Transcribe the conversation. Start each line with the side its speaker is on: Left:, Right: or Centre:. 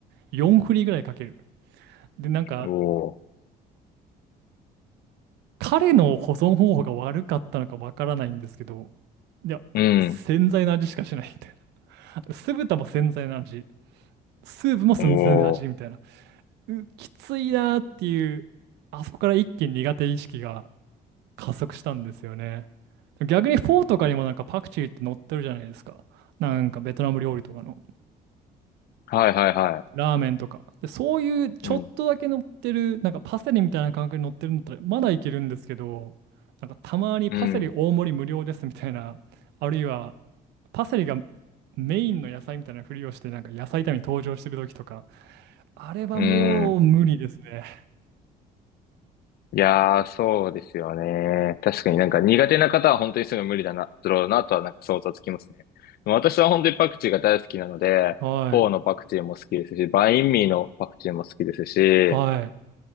Right: 4振りぐらいかける。で、なんか、
Left: おー。
Right: 彼の保存方法が悪かったのかわからないんですけど、いや、
Left: うん。
Right: 洗剤の味しかしないみたいな。<laughs> 酢豚も洗剤の味、スープも洗剤の味みたいな。
Left: おー。
Right: う、きついなーっていう、あそこから一気に苦手意識が加速したんですよね。逆にフォーとかにもなんかパクチーって載ってるじゃないですか。なんかベトナム料理とかの。
Left: はいはいはい。
Right: ラーメンとか。で、そういうちょっとだけ乗ってる、
Left: うん。
Right: なんかパセリみたいな感覚に乗ってるんだったら、まだいけるんですけど、なんかたまにパセリ大盛り無料ですみたいな、
Left: うん。
Right: あるいはパセリがメインの野菜みたいなふりをして、なんか野菜炒めに登場してる時とか、あれはもう無理ですね。
Left: うん。いやー、そうですよね。確かになんか苦手な方は本当にすぐ無理だな、だろうなとはなんか想像つきますね。でも私は本当にパクチーが大好きなので、
Right: はい。
Left: フォーのパクチーも好きですし、バインミーのパクチーも好きですし、
Right: はい。